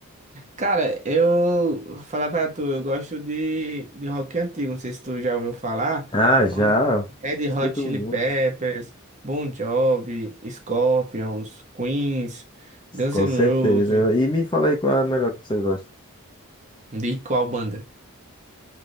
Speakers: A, on the right; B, on the left.
A: Cara, eu vou falar pra tu, eu gosto de, de rock antigo, não sei se tu já ouviu falar.
B: Ah, já.
A: Hot- Red
B: Escuto
A: Hot Chili
B: muito.
A: Peppers, Bon Jovi, Scorpions, Queens, Guns
B: Com
A: N'
B: certeza.
A: Roses.
B: E me fala aí qual é a melhor que você gosta.
A: De qual banda?